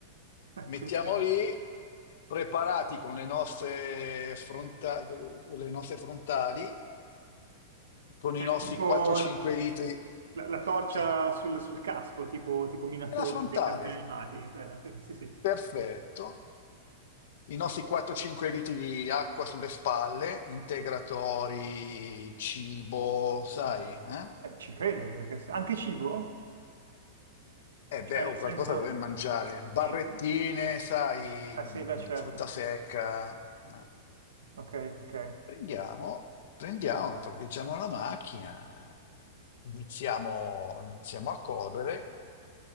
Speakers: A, on the right; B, on the left.
A: <laughs>
B: Mettiamo lì, preparati con le nostre, fronta- le nostre frontali, con
A: Cioè,
B: i nostri
A: tipo
B: 4-5
A: la,
B: litri.
A: la- la torcia
B: Sì,
A: sul, sul casco, tipo, tipo Minatore
B: è la frontale.
A: dei cartoni animati, quella. Perché, sì, sì.
B: Perfetto. I nostri 4-5 litri di acqua sulle spalle, integratori, cibo, sai? Eh?
A: Eh, ci credo, perché se- anche cibo?
B: Eh
A: Cioè,
B: beh, oh,
A: nel
B: qualcosa
A: senso...
B: dovremmo mangiare. Barrettine,
A: riuscite-
B: sai,
A: Ah sì,
B: mm,
A: beh, certo.
B: frutta secca. eh.
A: Ok, ok.
B: Prendiamo, prendiamo, e parcheggiamo la macchina, iniziamo, iniziamo a correre